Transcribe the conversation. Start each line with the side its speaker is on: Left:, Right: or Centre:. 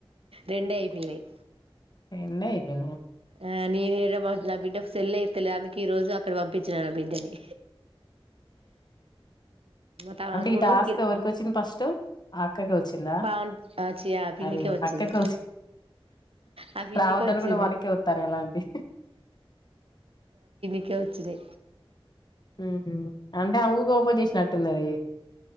Right: రెండే అయిపోయినాయి
Left: నందే ఇతేనే
Right: ఆ నేను నా బిడ్డ సెల్ అయితేలే అందుక ఈ రోజు అక్కడ పంపించ చ్చన బిందని తమ్ముడు
Left: అంటే ఈ టాస్క్
Right: కి-
Left: ఎవరిక వచ్చింది ఫస్ట్ అక్క కౌచిందా
Right: పావన్ ఆ, చి- ఆ పిన్నికే
Left: అరి
Right: వచ్చింది
Left: అక్క కౌచి
Right: ఆ పిన్నికే
Left: రావద్దని
Right: వచ్చింది
Left: కూడా మనకే వస్తారు ఎలాంటి
Right: మాక్ వచ్చినాఐ
Left: ఉహు అంటే ఆ ఊక ఓపెన్ చేసినట్టున్నది